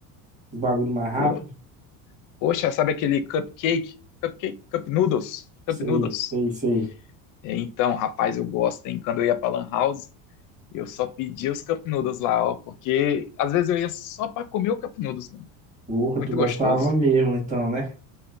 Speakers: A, on the right (about 15°); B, on the left (about 50°).
A: os bagulho mais rápido?
B: O, poxa, sabe aquele cupcake? Cupcake? Cup noodles? Cup
A: Sei,
B: noodles?
A: sei, sei.
B: É, Então, rapaz, eu gosto, hein? Quando eu ia pra Lan House, eu só pedia os cup noodles lá, ó, porque às vezes eu ia só pra comer o cup noodles, mano.
A: Porra,
B: Muito
A: tu gostava
B: gostoso.
A: mesmo, então, né?